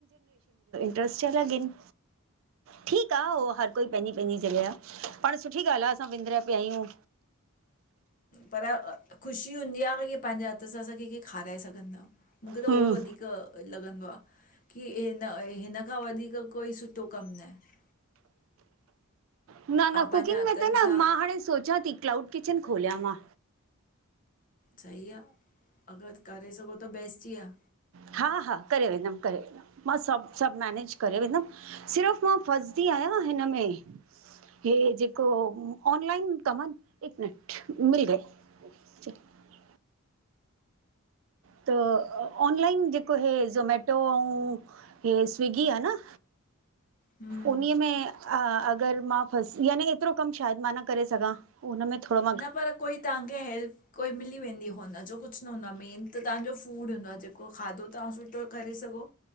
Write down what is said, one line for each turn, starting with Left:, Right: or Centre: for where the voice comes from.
Right: Trust her again. ठीक आ हर कोई पंहिंजी पंहिंजी पाण सुठी ॻाल्हि आहे, असां विंद्रा पिया आहियूं।
Left: पर ख़ुशी हूंदी आहे की पंहिंजे हथ सां असां कंहिंखे खाराए सगंदा हो। मूंखे त
Right: हूं
Left: उहो ही वधीकर लॻंदो आहे की हिन-हिन खां वधीकर कोई सुठो कम न आ।
Right: न-न
Left: तव्हां
Right: कुकिंग
Left: पंहिंजे हथनि
Right: में त न
Left: सां
Right: मां हाणे सोचियां थी क्लाउड किचन खोलियां मां।
Left: सही आ। अॻरि करे सघो त बेस्ट ई आ।
Right: हा-हा करे वेंदमि, करे वेंदमि। मां सभु-सभु मेनेज करे वेंदमि। सिर्फ़ु मां फसदी आहियां हिनमें इहे जेको ऑनलाइन कमनि, एक मिनट मिल गए। <inaudible> त ऑनलाइन जेको हे ज़ोमैटो ऐं हे स्विगी आ न
Left: हम्म
Right: उन में अॻरि मां फस यानी एतिरो कमु शायदि मां न करे सघां। हुन में थोड़ो
Left: न पर कोई तव्हांखे हेल्प कोई मिली वेंदी हुन जो कुछ न हूंदो आहे मेन त तव्हांजो फूड हूंदो आहे जेको खाधो तव्हां सु सुठो करे सघो